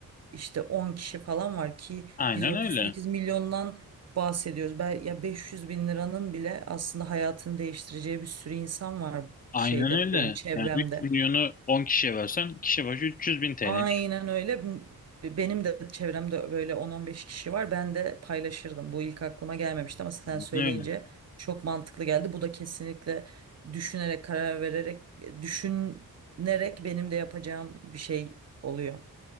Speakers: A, on the right; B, on the left.
A: işte 10 kişi falan var ki
B: aynen
A: biz 38
B: öyle.
A: milyondan bahsediyoruz. Ben, ya 500 bin liranın bile aslında hayatını değiştireceği bir sürü insan var
B: Aynen
A: şeyde
B: öyle.
A: benim çevremde.
B: Yani 3 milyonu 10 kişiye versen kişi başı 300 bin TL.
A: Aynen öyle. Bu- Benim de çevremde böyle 10-15 kişi var. Ben de paylaşırdım. Bu ilk aklıma gelmemişti ama sen
B: Aynen
A: söyleyince
B: öyle.
A: çok mantıklı geldi. Bu da kesinlikle düşünerek, karar vererek, düşünerek benim de yapacağım bir şey oluyor.